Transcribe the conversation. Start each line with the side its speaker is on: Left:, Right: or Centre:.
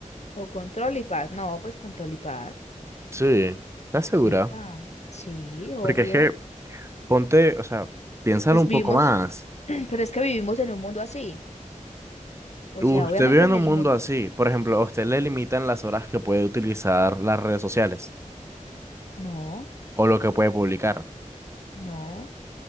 Left: o control y paz. No, pues control y paz.
Right: Sí, ¿estás segura?
Left: Sí, ah, sí, obvio.
Right: Porque es que ponte, o sea, piénsalo
Left: Pues
Right: un
Left: vivimos,
Right: poco más.
Left: <clears throat> pero es que vivimos en un mundo así. O
Right: Usted
Left: sea, obviamente
Right: vive en
Left: en
Right: un
Left: el
Right: mundo
Left: mundo.
Right: así, por ejemplo, a usted le limitan las horas que puede utilizar las redes sociales
Left: no,
Right: o lo que puede publicar.
Left: no.